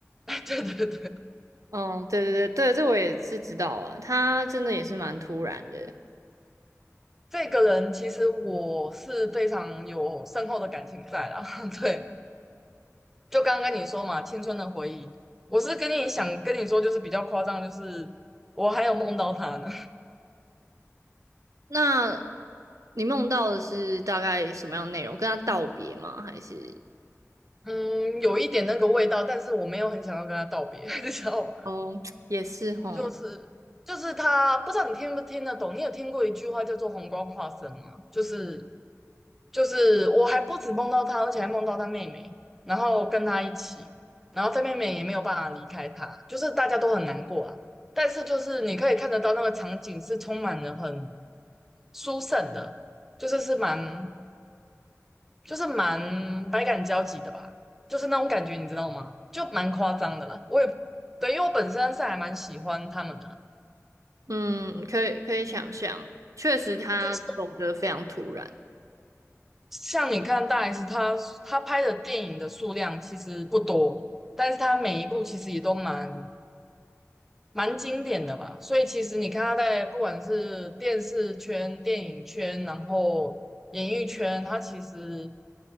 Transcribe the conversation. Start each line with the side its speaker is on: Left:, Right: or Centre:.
Centre: <laughs> 对对对，
Right: 嗯，对对对对，这我也是知道啊。他真的也是蛮突然的。
Centre: 这个人其实我是非常有深厚的感情在啦。<laughs> 对，就刚刚跟你说嘛，青春的回忆，我是跟你想跟你说，就是比较夸张，就是我还有梦到他呢。
Right: 那你梦到的是大概什么样的内容？跟他道别吗？还是？
Centre: 嗯，有一点那个味道，但是我没有很想要跟他道别，<laughs> 你知道吗？
Right: 哦，也是哦，
Centre: 就是就是他，不知道你听不听得懂。你有听过一句话叫做“红光化身”吗？就是就是我还不止梦到他，而且还梦到他妹妹，然后跟他一起，然后他妹妹也没有办法离开他，就是大家都很难过了。但是就是你可以看得到那个场景是充满了很殊胜的，就是是蛮就是蛮百感交集的吧，就是那种感觉，你知道吗？就蛮夸张的啦。我也对，因为我本身是还蛮喜欢他们的啦，
Right: 嗯，可以可以想象，确实他走得非常突然。
Centre: 就是像你看大 S，他他拍的电影的数量其实不多，但是他每一部其实也都蛮蛮经典的吧。所以其实你看他在不管是电视圈、电影圈，然后演艺圈，他其实